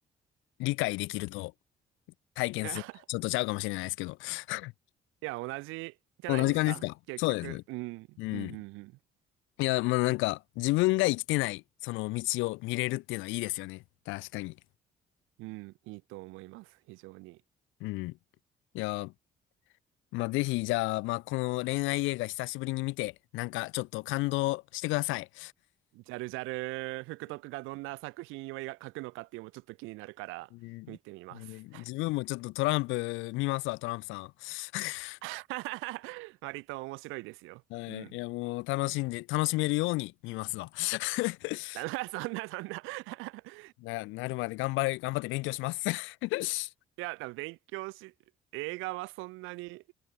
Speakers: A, on the left; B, on the right.
A: 理解できると体験する、
B: <laughs> いや、い
A: ちょっとちゃうかもしれないですけど。<laughs>
B: や同じじゃないですか結局。
A: 同じ感じですかそうです。
B: うん。
A: うん。
B: うん。
A: いや、まあなんか、自分が生きてない、その道を見れるっていうのはいいですよね。確かに。
B: うん。うん。うんいいと思います。非常に。
A: うん。いや、まあぜひ、じゃあ、まあこの恋愛映画久しぶりに見て、なんかちょっと感動してください。
B: ジャルジャル、福徳がどんな作品を描くのかっていうのもちょっと気になるから、
A: うん。うん
B: 見てみます。
A: 自分もちょっとトランプ見ますわ、トランプさん。<laughs>
B: <laughs> 割と面白いですよ。
A: はい。
B: うん。
A: いや、
B: <laughs>
A: もう楽しんで、楽しめるように見ますわ。<laughs>
B: だからそんな、そんな <laughs>。い
A: な、なるまで頑張れ、頑張って勉強します。<laughs>
B: や、多分勉強し、映画はそんなに